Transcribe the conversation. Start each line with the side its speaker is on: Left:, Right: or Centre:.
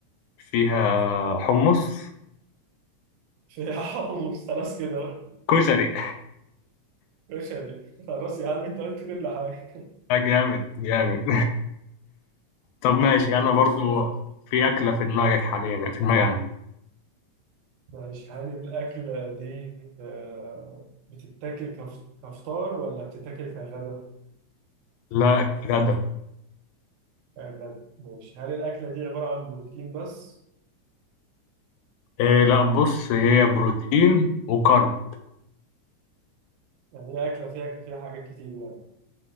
Left: فيها حمص
Right: فيها <laughs> حمص خلاص كده بقى
Left: كشري
Right: كشري خلاص يا عم انت قلت كل حاجة
Left: <laughs> آه، جامد جامد طب ماشي انا
Right: خلاص
Left: برضو
Right: آه،
Left: في اكله في دماغك حاليا في دماغي أنا.
Right: ماشي هل الأكلة دي آه، بتتاكل كف- كفطار ولا بتتاكل كغدا؟
Left: لا كغدا
Right: كغدا ماشي هل الأكلة دي عبارة عن بروتين بس؟
Left: إيه لا بص هي بروتين وكارب
Right: يعني هي أكلة فيها فيها حاجات كتير يعني